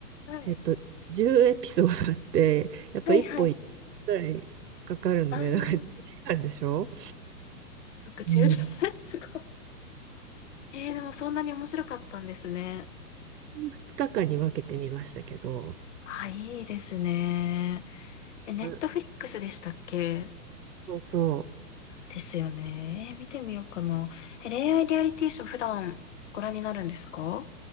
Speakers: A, on the left; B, on the right.
A: はい。
B: えっと、10エピソードあって、やっぱ1本
A: はいはい。
B: ぐらいかかるので、
A: ああ
B: なんか1時間でしょ
A: 特注
B: うん。
A: <laughs> すごい。えー、でもそんなに面白かったんですね。
B: 2日間に分けてみましたけど、
A: あ、いいですね。え、ネットフリックスでしたっけ
B: うんそうそ
A: ですよね。えー見てみようかな。え、恋愛リアリティショー普段ご覧になるんですか